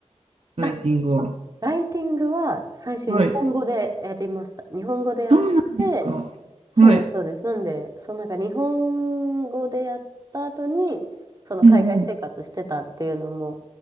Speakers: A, on the right; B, on the right.
A: ライティングは。
B: あ、ライティングは最初日本語でやりました。
A: はい。
B: 日本語でやって、
A: そうなんですか。
B: そうです、
A: はい。
B: そうです。なんで、そのなんか日本語でやった後に、その海外生活してたっていうのも
A: うんうん